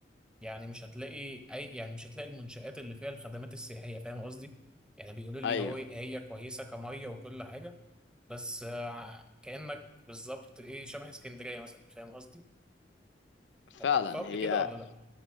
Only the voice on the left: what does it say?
ايوه
فعلا
هي